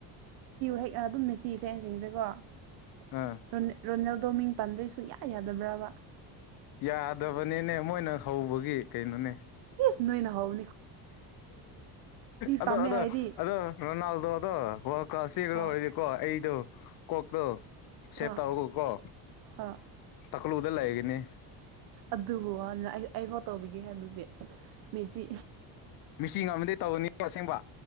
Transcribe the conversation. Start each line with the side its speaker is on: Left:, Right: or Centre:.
Right: ꯍꯦꯛ ꯑꯗꯨꯝ ꯃꯦꯁꯤ ꯐꯦꯟꯁꯤꯡꯁꯦꯀꯣꯣꯜ
Left: ꯑꯥ
Right: <unintelligible> ꯑꯗꯣ ꯃꯤꯡ ꯄꯟꯗꯣꯏ ꯁꯨꯡꯌꯥ ꯌꯥꯗꯕ꯭ꯔꯕ
Left: ꯌꯥꯗꯕꯅꯤꯅꯦ ꯃꯣꯏꯅ ꯍꯧꯕꯒꯤ ꯀꯩꯅꯣꯅꯦ
Right: ꯅꯣꯏꯅꯍꯥꯎ
Left: ꯑꯗꯣ
Right: ꯄꯥꯝꯃꯦ
Left: ꯑꯗꯣ
Right: ꯍꯥꯏꯗꯤ
Left: ꯑꯗꯣ ꯅꯅꯜ ꯑꯗꯨꯣ ꯑꯗꯣ ꯍꯣ ꯀ ꯁꯤ
Right: ꯑꯥ
Left: ꯑꯣꯏꯗꯤꯀꯣ ꯑꯩꯗꯣ ꯀꯣꯛꯇꯣ ꯁꯦꯚ
Right: ꯑꯥ
Left: ꯇꯧꯔꯒ ꯀꯣ
Right: ꯑꯥ
Left: ꯇꯀꯂꯨꯗ ꯂꯩꯒꯅꯤ
Right: ꯑꯗꯨꯕꯨ ꯋꯥꯅꯤꯅ ꯑꯩ ꯑꯩꯐꯥꯎ ꯇꯧꯕꯤꯒꯦ ꯍꯥꯏ ꯑꯗꯨꯗꯤ ꯃꯦꯁꯤ
Left: ꯃꯥꯁꯤ ꯑꯃꯗꯤ ꯇꯧꯔꯅꯤ ꯑꯁꯦꯡꯕ